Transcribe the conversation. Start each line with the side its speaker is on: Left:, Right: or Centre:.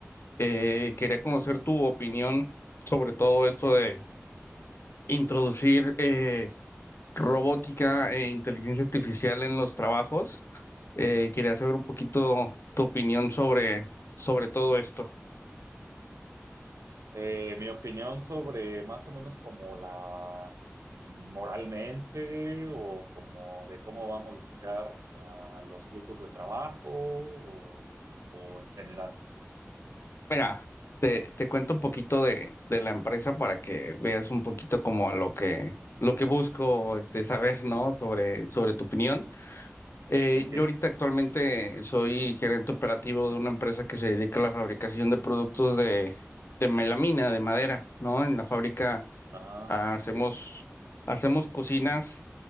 Left: Eh, quería conocer
Right: Sí, dime.
Left: tu opinión sobre todo esto de introducir eh, robótica e inteligencia artificial en los trabajos. Eh, quería saber un poquito tu opinión sobre, sobre todo esto.
Right: Eh, mi opinión sobre más o menos como la mm, moralmente o como de cómo va a modificar ah, los flujos de trabajo o, o en general.
Left: Mira, te, te cuento un poquito
Right: Ujú.
Left: de, de la empresa para que veas un poquito como lo que, lo que busco este, saber, ¿no? Sobre, sobre tu opinión. Eh,
Right: Ok.
Left: yo ahorita actualmente soy gerente operativo de una empresa que se dedica a la fabricación de productos de, de melamina, de madera, ¿no? En la fábrica
Right: Ah,
Left: ah, hacemos,
Right: ok.
Left: hacemos cocinas